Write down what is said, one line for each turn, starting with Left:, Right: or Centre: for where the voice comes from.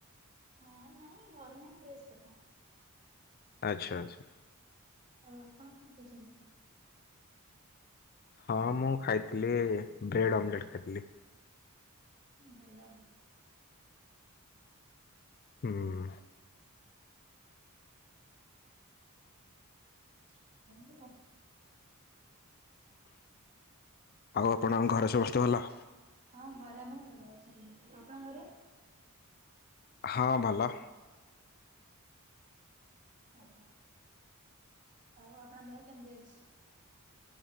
Right: ହଁ ନାଇଁ ଘର ନାଇଁ ଡ୍ରେସ ପଟା।
Left: ଆଚ୍ଛା ଆଚ୍ଛା।
Right: ଆଉ ଆପଣ କଣ ଖାଇଛନ୍ତି?
Left: ହଁ ମୁଁ ଖାଇଥିଲି ବ୍ରେଡ଼୍ ଅମଲେଟ୍ ଖାଇଥିଲି।
Right: ଭଲ ଆଉ।
Left: ହୁଁ।
Right: <unintelligible>
Left: ଆଉ ଆପଣଙ୍କ ଘରେ ସମସ୍ତେ ଭଲ?
Right: ହଁ ଘରେ ଆମର ଭଲ ଅଛନ୍ତି। ଆପଣଙ୍କ ଘରେ?
Left: ହଁ ଭଲ।
Right: ଆଜ୍ଞା। ଆଉ ଆପଣଙ୍କ ଦେହ କେମିତି ଅଛି?